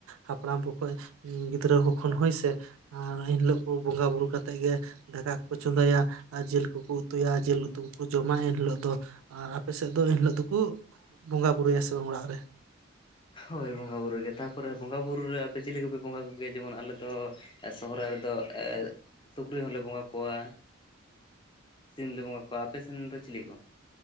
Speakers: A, on the right; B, on the left.
A: ᱦᱟᱯᱲᱟᱢ ᱠᱚᱠᱚ ᱜᱤᱫᱽᱨᱟᱹ ᱠᱚ ᱠᱷᱚᱱ ᱦᱳᱭ ᱥᱮ ᱟᱨ ᱮᱱᱦᱤᱞᱳᱜ ᱠᱚ ᱵᱚᱸᱜᱟ ᱵᱩᱨᱩ ᱠᱟᱛᱮᱫ ᱜᱮ ᱫᱟᱠᱟ ᱠᱚᱠᱚ ᱪᱚᱸᱫᱟᱭᱟ ᱟᱨ ᱡᱤᱞ ᱩᱛᱩᱭᱟ ᱡᱤᱞ ᱩᱛᱩ ᱠᱚᱠᱚ ᱡᱚᱢᱟ᱾ ᱮᱱᱦᱤᱞᱳᱜ ᱫᱚ ᱟᱨ ᱟᱯᱮ ᱥᱮᱫ ᱫᱚ ᱮᱱᱦᱤᱞᱳᱜ ᱫᱚᱠᱚ ᱵᱚᱸᱜᱟ ᱵᱩᱨᱩᱭᱟ ᱥᱮ ᱵᱟᱝ ᱚᱲᱟᱜ ᱨᱮ?
B: ᱦᱳᱭ ᱵᱚᱸᱜᱟ ᱵᱩᱨᱩ ᱜᱮ, ᱛᱟᱨᱯᱚᱨᱮ ᱵᱚᱸᱜᱟ ᱵᱩᱨᱩ ᱨᱮ ᱟᱯᱮ ᱪᱤᱞᱤ ᱠᱚᱯᱮ ᱵᱚᱸᱜᱟ ᱠᱚᱜᱮᱭᱟ ᱡᱮᱢᱚᱱ ᱟᱞᱮᱫᱚ ᱥᱚᱦᱨᱟᱭ ᱨᱮᱫᱚ ᱥᱩᱠᱨᱤ ᱦᱚᱸᱞᱮ ᱵᱚᱸᱜᱟ ᱠᱚᱣᱟ᱾ ᱥᱤᱢ ᱞᱮ ᱵᱚᱸᱜᱟ ᱠᱚᱣᱟ᱾ ᱟᱯᱮᱥᱮᱱ ᱫᱚ ᱪᱤᱞᱤ ᱠᱚ?